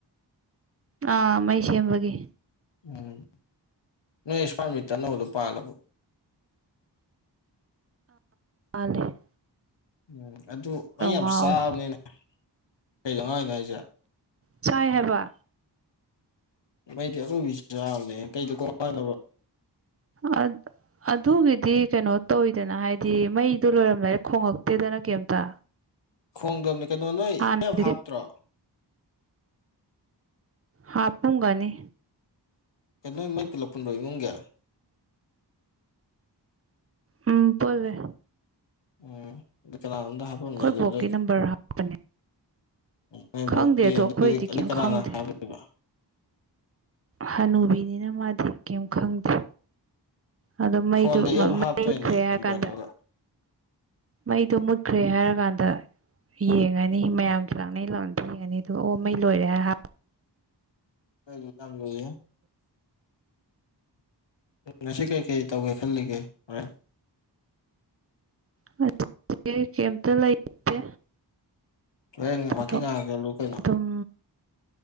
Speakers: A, on the right; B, on the left.
A: ꯑꯥ ꯃꯩ ꯁꯦꯝꯕꯒꯤ
B: ꯎꯝ ꯅꯣꯏ ꯁꯋꯥꯏ ꯃꯤꯇꯔ ꯑꯅꯧꯕꯗꯨ ꯄꯥꯜꯂꯕ‌ꯣ
A: ꯄꯥꯟꯗ‌ꯦ
B: ꯎꯝ ꯑꯗꯨ ꯑꯩ ꯌꯥꯝ
A: ꯉꯥꯎꯋꯦ
B: ꯆꯥꯕꯅꯤꯅ ꯀꯩꯗꯧꯉꯥꯏꯅꯣ ꯍꯥꯏꯁꯦ
A: ꯆꯥꯏ ꯍꯥꯏꯕ
B: ꯃꯩꯗꯤ ꯑꯔꯣꯢꯕꯤ ꯆꯥꯕꯅꯤ ꯀꯩꯗ ꯀꯣꯛ ꯉꯥꯎꯔꯤꯅꯣꯕ
A: ꯑꯗ ꯑꯗꯨꯒꯤꯗꯤ ꯀꯩꯅꯣ ꯇꯧꯋꯤꯗꯅ ꯍꯥꯏꯗꯤ ꯃꯩꯗꯣ ꯂꯣꯏꯔꯝꯗꯥꯢꯗ ꯈꯣꯡꯉꯛꯇꯦꯗꯅ ꯀꯩꯝꯇ
B: ꯈꯣꯡꯗꯕꯅꯦ ꯀꯩꯅꯣ ꯅꯣꯏ
A: ꯍꯥꯟꯅꯗꯤ
B: ꯏꯞ ꯍꯥꯞꯇ꯭ꯔꯣ
A: ꯍꯥꯞꯄꯥꯝꯒꯅꯤ
B: ꯀꯩꯅꯣ ꯃꯩ ꯄꯨꯂꯞ ꯄꯨꯟꯕꯔꯣ ꯏꯃꯨꯡꯒꯤ
A: ꯎꯝ ꯄꯨꯜꯂꯦ
B: ꯎꯝ <unintelligible>
A: ꯑꯩꯈꯣꯏ ꯕꯣꯛꯀꯤ ꯅꯝꯕꯔ ꯍꯥꯞꯄꯅꯦ
B: ꯅꯣꯏꯕꯨꯛꯀꯤ
A: ꯈꯪꯗꯦ ꯑꯗꯣ
B: ꯑꯗꯨꯗꯤ
A: ꯑꯩꯈꯣꯏꯗꯤ
B: ꯑꯗꯨꯗꯤ
A: ꯀꯩꯝ
B: ꯀꯅꯥꯅ
A: ꯈꯪꯗꯦ
B: ꯍꯥꯜꯂꯤꯕ
A: ꯍꯅꯨꯕꯤꯅꯤꯅ ꯃꯥꯗꯤ ꯀꯩꯝ ꯈꯪꯗꯦ ꯑꯗꯣ ꯃꯩꯗꯨ
B: ꯐꯣꯟꯗ
A: ꯃ
B: ꯑꯦꯞ
A: ꯃꯩ
B: ꯍꯥꯞꯇꯣꯏꯅꯦ
A: ꯃꯨꯠꯈ꯭ꯔꯦ ꯍꯥꯏꯔ
B: ꯅꯝꯕꯔ
A: ꯀꯥꯟꯗ
B: ꯇꯧꯔꯒ
A: ꯃꯩꯗꯣ ꯃꯨꯠꯈ꯭ꯔꯦ ꯍꯥꯏꯔ ꯀꯥꯟꯗ ꯌꯦꯡꯉꯅꯤ ꯃꯌꯥꯝꯒꯤ ꯂꯥꯛꯅꯩ ꯂꯥꯛꯅꯗ‌ꯦ ꯌꯦꯡꯉꯅꯤ ꯑꯗꯨꯒ ꯑꯣ ꯃꯩ ꯂꯣꯏꯔꯦ ꯍꯥꯏꯔ ꯍꯤꯞ
B: ꯑꯩꯒꯤ ꯌꯥꯝ ꯂꯨꯏꯌ‌ꯦ ꯉꯁꯤ ꯀꯩꯀꯩ ꯇꯧꯒꯦ ꯈꯜꯂꯤꯒꯦ ꯍꯣꯔꯦꯟ
A: ꯍ‌ꯣꯏ ꯔꯤꯂꯤꯞ ꯀ‌ꯦꯝꯗ ꯂꯩ ꯂꯩꯇꯦ
B: ꯍꯣꯔꯦꯟ
A: ꯇꯥꯕꯣ
B: ꯋꯥꯀꯤꯡ ꯉꯥꯏꯍꯥꯛ ꯆꯠꯂꯨ ꯀꯩꯅꯣ
A: ꯑꯗꯨꯝ